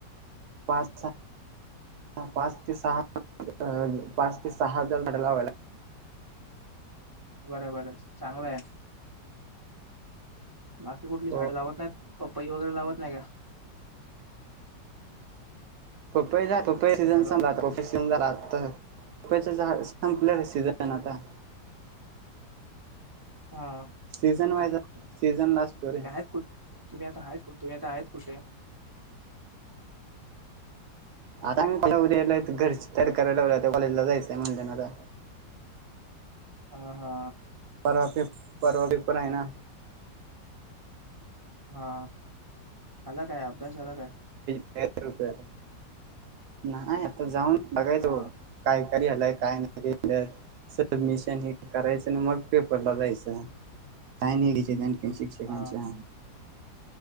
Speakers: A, on the right; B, on the right.
A: पाच सहा पाच ते सहा अ पाच ते सहा जल अढलावाला.
B: बर बरं चांगलंय. बाकी कुठली
A: लागतात.
B: झाडं लावत नाहीत पपई वगैरे लावत नाही का?
A: पपईला पपई सीझन
B: हॅलो
A: संपला आता पपई सीझन झाला आता पपईच झाडस संपलं रं सिझन आता.
B: हा
A: सीझन वाईज
B: हाय कूट
A: सीझन ला असतो रे
B: तुम्ही आहेत कुट? तुम्ही आता आहेत कुठं, तुम्ही आता आहेत कुठे?
A: आता मी पहिला उद्या इथल्या इथं घरची तयारी कराय लावल्या आता कॉजला जायचंय म्हणल्या ना आता.
B: हा हा.
A: पर्वा पेप पर्वा पेपर हाय ना.
B: हा अला काय अभ्यास झाला काय?
A: रुप आत नाही आता जाऊन बघायचं.
B: हा
A: काय काय घेलंय, काय नाही घेल. सबमिशन हे करायचं अन मग पेपरला जायचं काय नाही घ्यायची गांड. शिक्षकांच्या
B: हा